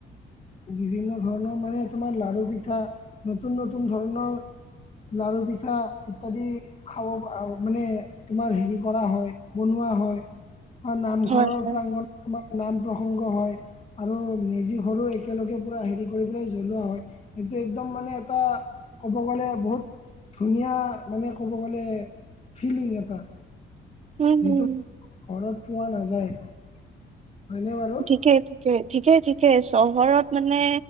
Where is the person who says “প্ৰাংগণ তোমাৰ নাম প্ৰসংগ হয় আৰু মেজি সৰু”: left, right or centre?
Left